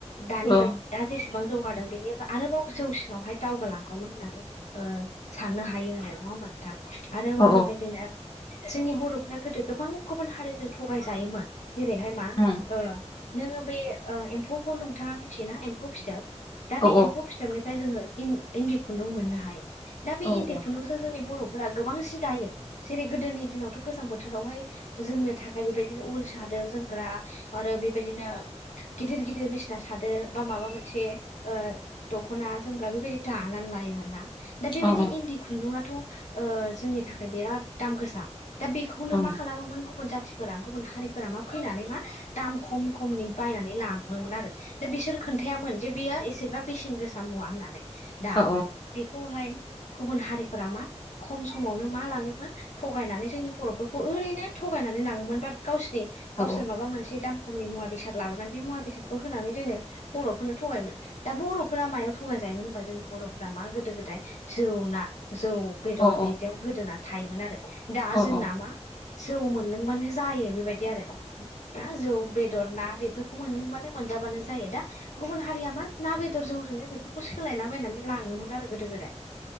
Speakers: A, on the left (about 80°); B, on the left (about 40°).
A: दानि
B: अ
A: बायदि दा जेसेबां जौगादों बेनि आरोबाव जौसिनावहाय दावगालांगौमोन होननानै साननो हायो आरो नङा होमबा नोंथां? आरो
B: औ
A: बेबायदिनो जोंनि बर'फ गोदो गोबां गुबुन हारिजों थगायजायोमोन। जेरैहाय मा
B: उम
A: ओ नोङो बे ओ एम्फौखौ नोंथाङा मिथियोना एम्फौ फिथोब दा
B: औ
A: बे एम्फौ फिथोबनिफ्राय जोङो इन्द- इन्दि खुन्दुं मोननो हायो।
B: औ
A: दा बे इन्दि
B: औ
A: खुन्दुंजों जोंनि बर' फोर गोबांसिन दायो जेरै गोदोनि दिनावथ' गोजां बोथोरावहाय जोमनो थाखाय बेबायदिनो उल साद सादोर जोमग्रा आरो बेबायदिनो गिदिर गिदिर बिसिना सादोर बा माबा मोनसे ओ दख'ना जोमग्रा बेबायदि दानानै लायोमोन ना दा बेबायदि
B: औ
A: इन्दि खुन्दुंआथ' ओ जोंनि थाखाय बिराद दाम गोसा दा बेखौनो
B: उम
A: मा खालामोमोन गुबुन जाथिफोरा गुबुन हारिफोरा मा फैनानै मा दाम खम खमनि बायनानै लाङोमोन आरो दा बिसोर खोन्थायामोन। मोन जे बियो एसेग्रा बेसेन गोसा मुवा होननानै दा
B: औ
A: बेखौहाय गुबुन हारिफोरा मा खम समावनो मा लाङोमोन थगायनानै जोंनि बर'फोरखौ ओरैनो थ थगायनानै लाङोमोन बाट गावसिनि गावसोर
B: औ
A: माबा मोनसे दाम खमनि मुवा बेसाद लाबोनानै बे मुवा बेसादखौ होनानै जोंनो बर'फोरनो थगायोन। दा बर'फोरा मायाव थगायजायोमोन होनबा जोंनि बर'फोरा मा गोदो गोदाय जौना जौ बेदर
B: औ
A: बिदियाव गोदोना थायोमोन आरो दा
B: औ
A: जोंना मा जौ मोनलोंबानो जायो बेबायदि आरो ना जौ बे बेदर ना बेफोरखौ मोनलोंबानो मोनजाबानो जायो दा गुबुन हारिया मा ना बेदर जौजोंनो बेफोरखौ सोलायलाबायनानै लाङोमोन आरो गोदो गोदाय